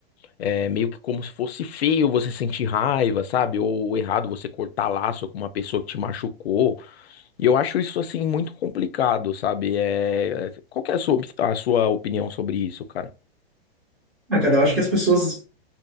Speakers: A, on the left; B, in the centre.
A: É meio que como se fosse feio você sentir raiva, sabe? Ou errado você cortar laço com uma pessoa que te machucou. E eu acho isso assim muito complicado, sabe? É... é, Qual que é a sua, a sua opinião sobre isso, cara?
B: Ah, cara, eu acho que as pessoas,